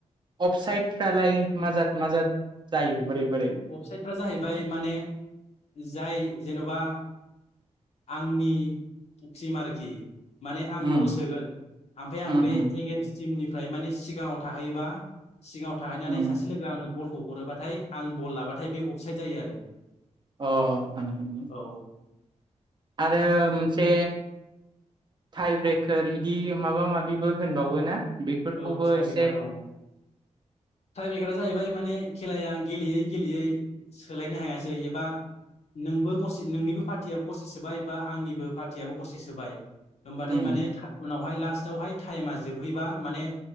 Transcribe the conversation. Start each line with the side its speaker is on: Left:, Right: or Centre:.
Right: अफसाइद फालाय माजाद माजाद जायो बोरै
Left: अफसाइदफ्रा
Right: बोरै
Left: जाहैबाय माने जाय जेन'बा आंनि टिम आरोखि। माने
Right: उम
Left: आं बल सोगोन ओमफ्राय आं
Right: उम
Left: बे
Right: उम
Left: एगेन्स् टिमनिफ्राय माने सिगाङाव थाहैयोबा सिगाङाव थाहैनानै
Right: उम
Left: सासे लोगो आंनो बलखौ हरोबा थाय आं बल लाबाथाय बे अफसाइड जायो आरो।
Right: अ अम
Left: औ
Right: आरो मोनसे थाइ ब्रेकार इदि माबा माबिबो होनबावो ना? बेफोरखौबो
Left: औ थ्राइ
Right: एसे
Left: ब्रेखार औ थ्राइ बेखारा जाहैबाय माने खेलाया गेलेयै-गेलेयै सोलायनो हायासै एबा नोंबो गरसे नोंनिबो पार्टियाबो गरसे सोबाय एबा आंनिबो पार्टियआबो गरसे सोबाय। होमबाथाय
Right: उम
Left: माने था उनावहाय लास्टावहाय टाइमा जोबहैबा माने